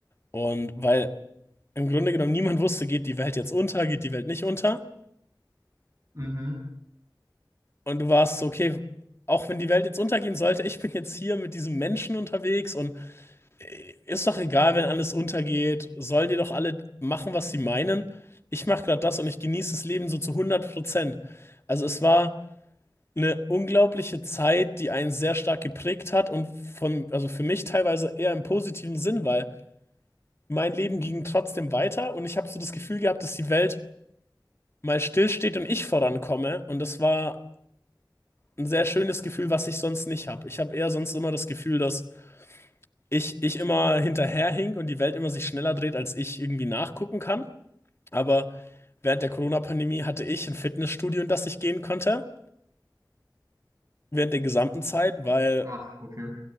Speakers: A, on the left; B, on the right.
A: Und weil im Grunde genommen niemand wusste, geht die Welt jetzt unter, geht die Welt nicht unter.
B: Mhm.
A: Und du warst so, okay, auch wenn die Welt jetzt untergehen sollte, ich bin jetzt hier mit diesem Menschen unterwegs und äh, ist doch egal, wenn alles untergeht, sollen die doch alle machen, was sie meinen. Ich mache gerade das und ich genieße das Leben so zu hundert Prozent. Also, es war. eine unglaubliche Zeit, die einen sehr stark geprägt hat und von, also für mich teilweise eher im positiven Sinn, weil mein Leben ging trotzdem weiter und ich habe so das Gefühl gehabt, dass die Welt mal stillsteht und ich vorankomme und das war ein sehr schönes Gefühl, was ich sonst nicht habe. Ich habe eher sonst immer das Gefühl, dass ich, ich immer hinterherhink und die Welt immer sich schneller dreht, als ich irgendwie nachgucken kann. Aber während der Corona-Pandemie hatte ich ein Fitnessstudio, in das ich gehen konnte, während der gesamten Zeit, weil
B: Ach, okay.